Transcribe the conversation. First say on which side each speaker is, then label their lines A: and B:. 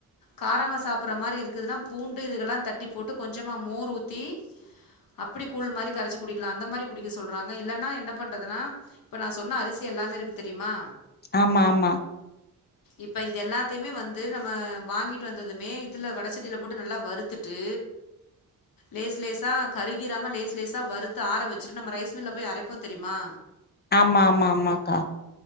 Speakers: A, on the left; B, on the left.
A: காரம சாப்புடுற மாரி இருக்குதுன்னா பூண்டு இதுக்கெல்லாம் தட்டி போட்டு கொஞ்சம் சமா மோர் ஊற்றி அப்டி கூழ் மாரி கரைச்சி குடிக்கலாம் அந்த மாரி குடிக்க சொல்கிறாங்க இல்லன்னா என்ன பண்ணுறதுன்னா இப்போ நான் சொன்ன அரிசி எல்லாமே இருக்கு தெரியுமா
B: ஆமா ஆமா
A: இப்ப இது எல்லாத்தையுமே வந்து நம்ம வாங்கிட்டு வந்ததுமே இதுல வட செடியில போட்டு நல்லா வறுத்துட்டு லேஸ்லேஸா கருகிராம லேஸ்லேஸா வறுத்து ஆற வச்சுட்டு நம்ம ரைஸ் மில்ல போய் அரைப்போம் தெரியுமா
B: ஆமா ஆமா ஆமாக்கா